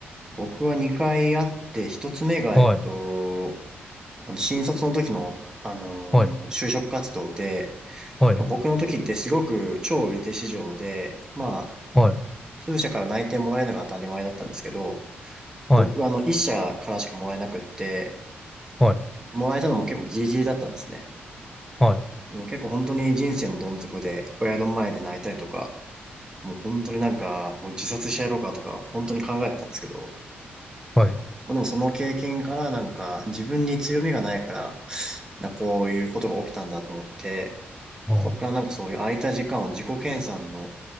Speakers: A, on the right (about 15°); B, in the centre.
A: 僕は2回あって、1つ目が、
B: はい、
A: えっと、あの、新卒の時の、あのー就職活動で、
B: はい、はい、
A: まあ僕の時ってすごく超売り手市場で、まあ、
B: はい、
A: 数社から内定もらえるのが当たり前だったんですけど、
B: はい、
A: 僕はあの、一社からしかもらえなくって、
B: はい、
A: もらえたのも結構ギリギリだったんですね。
B: はい、
A: でも結構本当に人生のどん底で、親の前で泣いたりとか、もう本当になんか、もう自殺してやろうかとか、本当に考えてたんですけど、
B: はい。
A: まあでもその経験からなんか、自分に強みがないから、な、こういうことが起きたんだと思って、
B: あ
A: そこからなんかそういう空いた時間を自己研鑽の